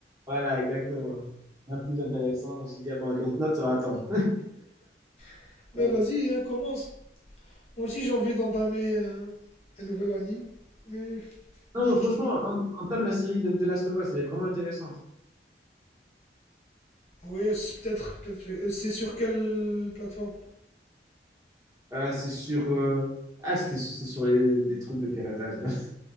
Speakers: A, on the right; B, on the left.
A: voilà, exactement. Bien plus intéressant, je me suis dit, ah bon, Death Note, ça va attendre.
B: <laughs> Mais
A: <laughs>
B: vas-y, hein, commence. Moi aussi, j'ai envie d'entamer euh, un nouvel anime, mais
A: Non,
B: je cherche
A: franchement,
B: toujours.
A: en- entame la série de de Last of Us, elle est vraiment intéressante.
B: Ouais, c'est peut-être, peut-être. euh, C'est sur quelle plateforme?
A: Euh, c'est sur, euh, ah, c'était- c'est sur les, les- les trucs de piratage. <laughs>